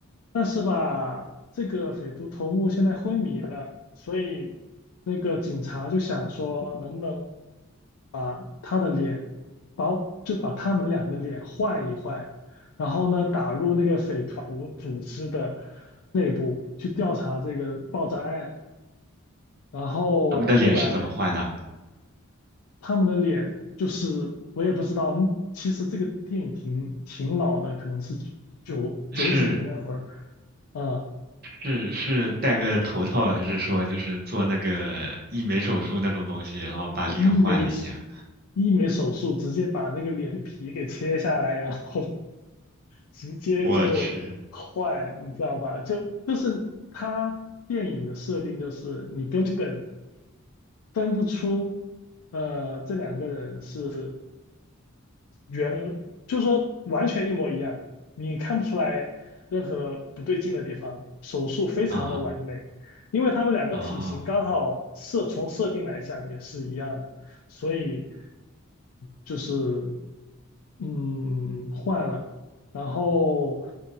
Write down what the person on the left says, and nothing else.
但是吧，这个匪徒头目现在昏迷了，所以那个警察就想说，啊能不能把他的脸，把就把他们俩的脸换一换，然后呢，打入那个匪徒组织的内部去调查这个爆炸案。然后后来
他们的脸就是我也不知道，其实这个电影挺挺老的，可能是九九几年那会儿
啊，
医美医美手术直接把那个脸皮给切下来，然后直接就坏，
你知道吧？就就是他电影的设定就是你根本分不出呃这两个人。是。原就是说完全一模一样，你看不出来任何不对劲的地方，手术非常的完美，
因为他们两个体型刚好设从设定来讲也是一样，
所以就是嗯，换了，然后